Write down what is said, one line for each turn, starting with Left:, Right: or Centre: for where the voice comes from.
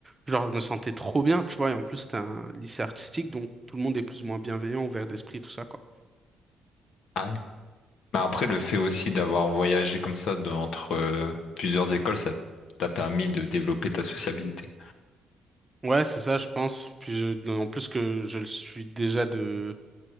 Right: genre, je me sentais trop bien, tu vois. Et en plus, c'était un lycée artistique, donc tout le monde est plus ou moins bienveillant, ouvert d'esprit, tout ça, quoi.
Left: Ah oui. Mais après, le fait aussi d'avoir voyagé comme ça de- entre euh, plusieurs écoles, ça t'a permis de développer ta sociabilité.
Right: Ouais, c'est ça, je pense. Puis, je- en plus que je le suis déjà de